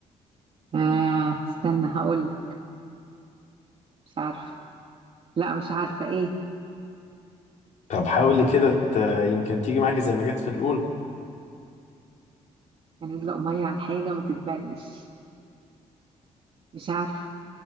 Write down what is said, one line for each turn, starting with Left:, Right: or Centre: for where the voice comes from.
Right: آه استنى هقول لك مش عارفة لا مش عارفة ايه
Left: طب حاولي كده ت... يمكن تيجي معاكي زي ما جت في الأول
Right: يعني ادلق ميه على حاجة ما تتبلش مش عارفة